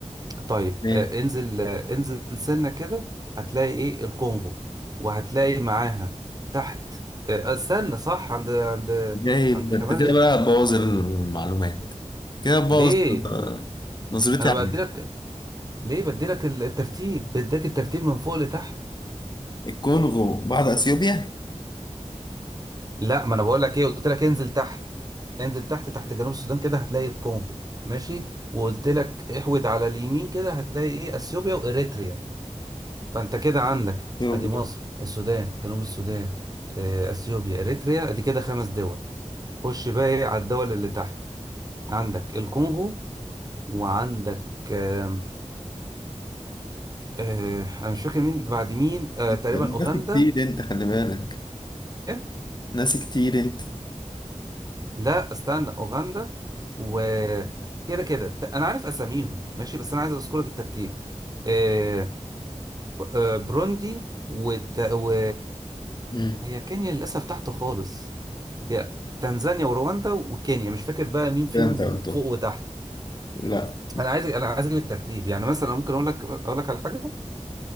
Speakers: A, on the right; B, on the left.
A: طيب
B: ايه
A: آه، انزل آه، انزل سنة كده هتلاقي ايه الكونغو وهتلاقي معاها تحت آه، آه، استنى صح عند عند
B: جايب
A: عند كمان
B: انت كده بقى هتبوظ المعلومات كده هتبوظ
A: ليه
B: آه، نظرتي
A: انا
B: عنك
A: بديلك ليه بديلك الترتيب بديك الترتيب من فوق لتحت
B: الكونغو بعد اثيوبيا
A: لا ما انا بقول لك ايه قلت لك انزل تحت انزل تحت تحت جنوب السودان كده هتلاقي الكونغو ماشي وقلت لك احود على اليمين كده هتلاقي ايه اثيوبيا واريتريا فانت كده عندك
B: اثيوبيا
A: ادي مصر السودان جنوب السودان آه، اثيوبيا اريتريا ادي كده خمس دول خش بقى إيه على الدول اللي تحت عندك الكونغو وعندك آه آه انا مش فاكر مين بعد مين آه
B: انت
A: تقريبا
B: ناسي
A: اوغندا
B: كتير انت خلي بالك
A: إيه؟
B: ناسي كتير انت
A: لا استنى اوغندا وكده كده ت- انا عارف اساميهم ماشي بس انا عايز اذكر لك الترتيب آه ب- آه، بروندي وت... و...
B: مم.
A: هي كينيا للاسف تحت خالص هي تنزانيا ورواندا وكينيا مش فاكر بقى مين فيهم
B: كده انت قلته
A: فوق وتحت
B: لا
A: انا عايز انا عايز اجيب الترتيب يعني مثلا ممكن اقول لك اقول لك على حاجه